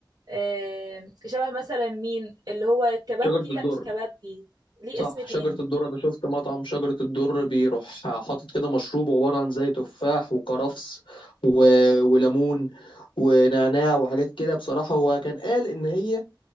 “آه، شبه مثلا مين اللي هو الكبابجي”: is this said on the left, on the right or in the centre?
Right